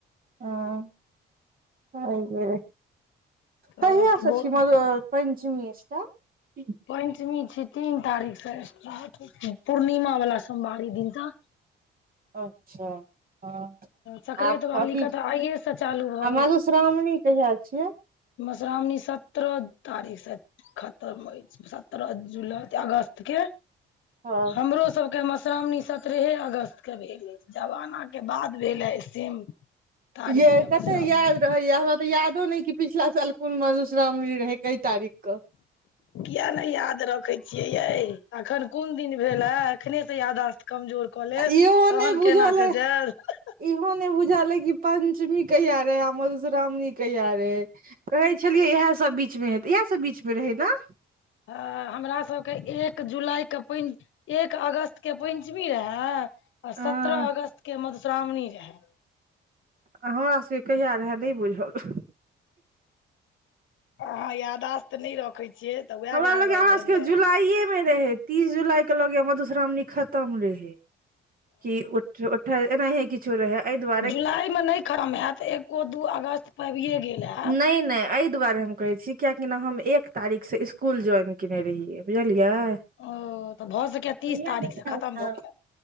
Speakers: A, on the right; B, on the left.
A: हां, हर बेरे
B: तब
A: कहिया
B: तऽ
A: से
B: बहुत
A: छी म पञ्चमी स्टार्ट।
B: पञ्चमी छी, तीन तारीखसे स्टार्ट पूर्णिमा वला सोमवारी दिनस
A: अच्छा। हां
B: संक्राति
A: आ
B: वाली
A: अथी
B: के तऽ आइएसँ चालू भऽ
A: आ मधुश्रामणी कहिया छियै।
B: मधुश्रावनी सत्रह तारीख से खतम होइ छै। सत्रह जुलाई, अगस्त के
A: हँ
B: हमरो सबके मधुश्रामनी सत्रहे अगस्तके भेलै, जवानाके बाद भेलै सेम तारीख
A: ये
B: मे
A: कते
B: मधुश्रावणी
A: याद रहै, ये हमरा तऽ यादो नैय कि पिछला साल कोन मधु श्रामणी रहैय कई तारीकके।
B: कियाए नैय याद रखे छियै य अखन कुन दिन भेल हे। अखने से याददाश्त कमजोर कऽ लेब
A: इहो
B: तहन
A: नहि बुझल
B: केना के
A: अइ
B: जाइब
A: इहो ने बुझल ये कि पंचमी कहिया रे आ मधुश्रावणी कहिया रे कहैय छलियै इएहसभ बीचमे हेतै इएह सभ बीचमे रहैय ने
B: हां, हमरा सबके एक जुलाई के प एक अगस्त के पञ्चमी रहै आ
A: अ
B: सत्रह अगस्त के मधुश्रावणी रहैय।
A: हमरा सबके कहिया रहै नैय बुझल
B: अहाँ यादाश्त नैय रखैय छियै। तऽ उएह
A: हमरा
B: गड़बड़
A: लगे अहाँ
B: भेलै
A: सबके जुलाइए मे रहे तीस जुलाई के लगे ये मधुश्रावणी खतम रहे। कि उठ उठ एना हे, किछो रहै एहि दुआर
B: जुलाइमे नहि खरम हयैत एकको दू अगस्त पबिए गेल हयैत‌।
A: नहि नहि एहि दुआरे हम कहै छी कियकि ने हम एक तारीखसे इसकुल ज्वाइन कने रहियै बुझलियै।
B: ओ तऽ भऽ सकैये
A: कहिआ
B: तीस तारीख
A: गआ
B: से
A: उ
B: खतम भऽ गेल
A: <unintelligible>